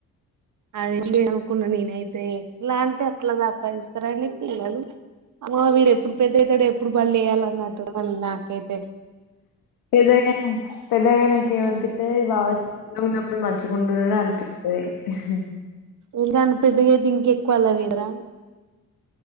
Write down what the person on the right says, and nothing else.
అదే అనుకున్నా నేనైతే ఇలాంటి అట్లా సతాయిస్తారండి పిల్లలు. అమ్మో వీడు ఎప్పుడు పెద్దయితాడు ఎప్పుడు బళ్లో వేయాలి అన్నట్టు ఉంది నాకైతే
ఇంకాయన పెద్దగా అయితే ఇంక ఎక్కువ అల్లరి చేయరా?